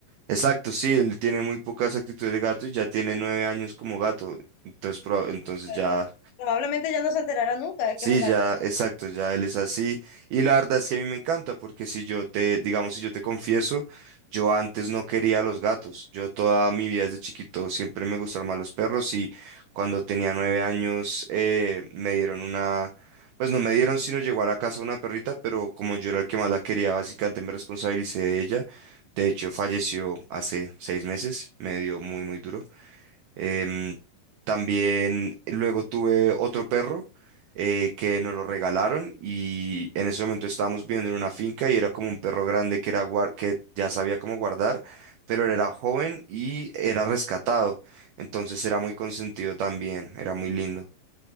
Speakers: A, on the right (about 85°); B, on the left (about 80°).
A: Exacto, sí, él tiene muy pocas actitudes de gato y ya tiene nueve años como gato, entonces, proba- entonces
B: Pues
A: ya...
B: probablemente ya no se enterará nunca de
A: Sí,
B: que es un gato.
A: ya, exacto, ya él es así. Y la verdad es que a mí me encanta, porque si yo te, digamos, si yo te confieso, yo antes no quería a los gatos. Yo toda mi vida desde chiquito siempre me gustaron más los perros y cuando tenía nueve años eh, me dieron una, pues no me dieron, sino llegó a la casa una perrita, pero como yo era el que más la quería, básicamente me responsabilicé de ella. De hecho, falleció hace seis meses, me dio muy, muy duro. Em, también luego tuve otro perro eh, que nos lo regalaron y en ese momento estábamos viviendo en una finca y era como un perro grande que, era guar- que ya sabía cómo guardar, pero él era joven y era rescatado. Entonces era muy consentido también, era muy lindo.